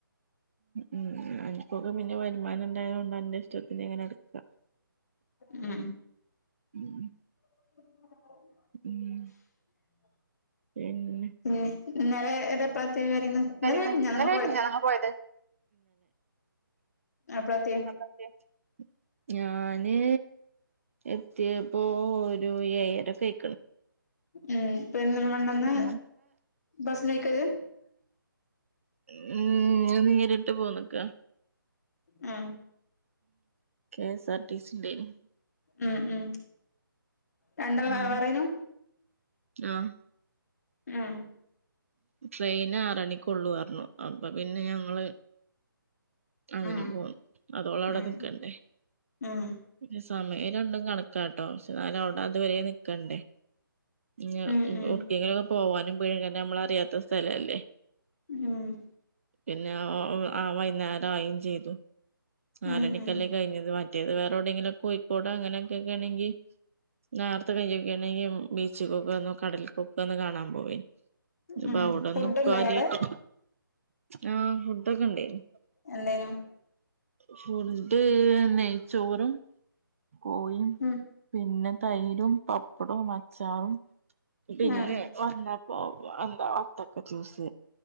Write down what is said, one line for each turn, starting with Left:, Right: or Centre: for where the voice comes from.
Right: ഉം അൻക്കൊക്കെ പിന്നെ വരുമാനണ്ടായോണ്ട് അന്റെ ഇഷ്ടത്തിന്ങ്ങനെ എട്ക്കാ.
Left: മ്.
Right: <inaudible>
Left: <inaudible>
Right: ഉം പിന്നെ
Left: മ് ഇന്നലെ <unintelligible> വരീന്ന് ഇന്നലെ
Right: <unintelligible>
Left: മിനിഞ്ഞാന്നോ ഞങ്ങൾ
Right: പോയത്?
Left: എപ്പളാത്തിയെ
Right: അപ്പക്കെ ഞാന് എത്തിയപ്പോ ഒരു ഏയര ഒക്കെയി
Left: ഏ പെര്ന്തൽ മണ്ണെന്ന്
Right: ഉം
Left: ബസ്സ്ന് പോയ് <unintelligible>
Right: മ്മ് ഞാൻ നേര്ട്ട് പോന്നക്കാ.
Left: മ്
Right: K S R T C ണ്ടേനി.
Left: ഉം ഉം രണ്ടാൾ
Right: ഉം
Left: വേറെ വേറെ നോ
Right: ആഹ്.
Left: ഉം.
Right: ട്രെയിന് ആറണിക്ക്ള്ളു ർഞ്ഞു അപ്പൊ പിന്നെ ഞങ്ങള് അങ്ങനെ
Left: ഉം
Right: പോന്ന് അത് ഓളടെ
Left: ഉം
Right: നിക്കണ്ടേ
Left: ഉം
Right: പിന്നേ സമയ ണ്ടും കണക്കാട്ടോ ക്ഷെ ന്നാലും അഔടെ അതുവരെ നിക്കണ്ടേ. <unintelligible> എവിടേക്കെങ്കിലും
Left: ഉം ഉം
Right: ഒക്കെ പോകാനും പേടിയാ നമ്മൾ അറിയാത്ത സ്ഥലല്ലേ
Left: മ്മ്.
Right: പിന്നെ <unintelligible> വൈന്നേരായി ചെയ്തു നാലണിക്കല്ലേ
Left: ഉം ഉം
Right: കഴിഞ്ഞത് വ മറ്റേത് വേറൊടെങ്കിലും കോഴിക്കോട് അങ്ങനെക്കെക്കെണങ്കിൽ. നേർത്തെ കഴിയു <unintelligible> ബീച്ച്കോക്കോ കടൽക്കൊക്കെ കാണാൻ പോവേനി. <unintelligible>
Left: ഉം
Right: അഔടൊന്ന്
Left: ഫുഡ് ഉണ്ടായിനോ
Right: കാര്യായിട്ട്
Left: അവിടെ
Right: ആ ഫുഡ്‌ക്കെ ഇണ്ടേനി.
Left: എന്തേനു
Right: ഫുഡ്‌ നെയ്ച്ചോറും കോഴും
Left: ഉം
Right: പിന്നെ. തൈരും പപ്പ പ്പടും അച്ചാറും പിന്നെ
Left: ഉം
Right: വന്നപ്പോ എന്താ വത്തക്ക ജൂസ്